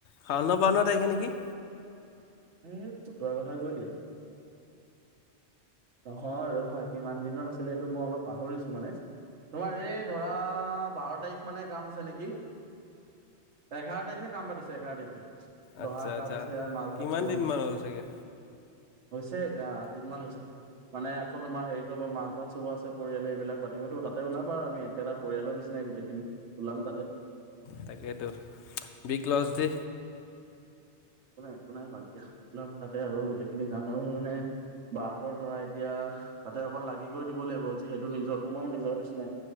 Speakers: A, on the left; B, on the right.
A: শাওনা <unintelligible> ন তাৰিখে নেকি!
B: উম ফতুৱা কথাই কৈ দিয়া। নহয় ৰবা, কিমান দিনত আছিলে এইটো মই অলপ পাহৰিছো মানে। তোমাৰ এই ধৰা বাৰ তাৰিখ মানে কাম আছে নেকি? এঘাৰ তাৰিখে কাম পাতিছে এঘাৰ তাৰিখে। দহা
A: আচ্ছা
B: কাজ
A: আচ্ছা
B: আছে আৰু মাছ
A: কিমান
B: ভাত চুব
A: দিনমান হ'ল চাগে?
B: ছে এতিয়া আঠ দিন মান হৈছে। মানে আকৌ তোমাৰ হেৰি কৰিব, মাছাভাত চব আছে পৰিয়ালে এইবিলাক পাতিবতো তাতে ওলাব আৰু আমিটো পৰিয়ালৰ নিচিনা। গোটেইখিনি ওলাম তাতে।
A: তাকেই তো বিগ লছ দে
B: একো নাই একো নাই বাদ দিয়া ওলাম তাতে আৰু গোটেইখিনি যাম আৰু মানে বাহঁতৰ ধৰা এতিয়া তাতে অকণ লাগি কৰি দিব লাগিব যিহেতু নিজৰ তোমাৰ নিজৰ নিচিনাই।